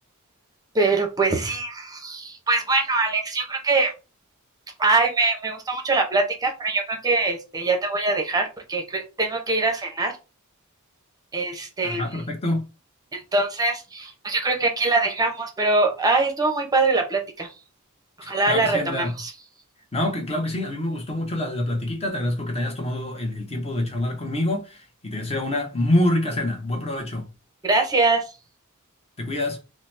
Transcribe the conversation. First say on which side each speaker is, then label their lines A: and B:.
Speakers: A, on the right; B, on the left.
A: Pero pues sí, pues bueno, Alex, yo creo que, ay, me, me gustó mucho la plática, pero yo creo que este, ya te voy a dejar porque creo- tengo que ir a cenar. Este,
B: Ajá, perfecto.
A: entonces, pues yo creo que aquí la dejamos, pero, ay, estuvo muy padre la plática. Ojalá
B: Claro
A: la
B: que
A: retomemos.
B: sí, Andrea. No, que claro que sí. A mí me gustó mucho la, la platiquita. Te agradezco que te hayas tomado el el tiempo de charlar conmigo y te deseo una muy rica cena. Buen provecho.
A: Gracias.
B: Te cuidas.